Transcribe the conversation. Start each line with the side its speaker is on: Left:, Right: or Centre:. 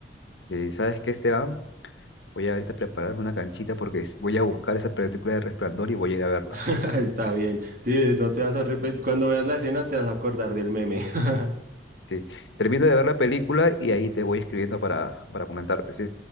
Left: Sí, ¿sabes qué, Esteban? Voy a ahorita prepararme una canchita porque s- voy a buscar esa película de Resplandor y voy a ir a verla.
Right: <laughs> Está bien. Sí, no te vas a repetir. Cuando veas la escena te vas a acordar del meme. <laughs>
Left: Sí, termino de ver la película y ahí te voy escribiendo para, para comentarte. Sí,